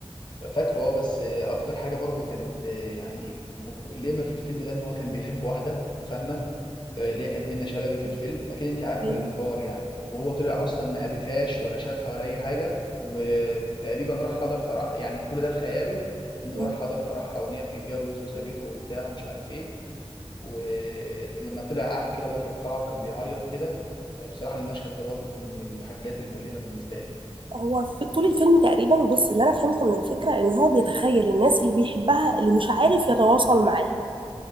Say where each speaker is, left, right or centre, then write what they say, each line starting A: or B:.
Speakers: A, on the left; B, on the right.
A: فاكره اه بس اكتر حاجه برضو كانت آه، يعني مؤلمه في الفيلم ده ان هو كان بيحب واحده فاهمه آه، اللي هي كانت منة شلبي في الفيلم اكيد انت عارفه
B: ايوه
A: الحوار يعني وهو طلع اصلا ما قابلهاش ولا شافها ولا اي حاجه وتقريبا راح حضر فرح يعني كل ده في خياله انه
B: مم.
A: راح حضر فرحها وان هي بتتجوز وسابته وبتاع ومش عارف ايه ولما طلع قعد كده بره القاعه وكان بيعيط كده آه، بصراحه المشهد ده برضه من الحاجات المؤلمه بالنسبه لي
B: هو في طول الفيلم تقريبا بص اللي انا فهمته من الفكره ان هو بيتخيل الناس اللي بيحبها اللي مش عارف يتواصل معاها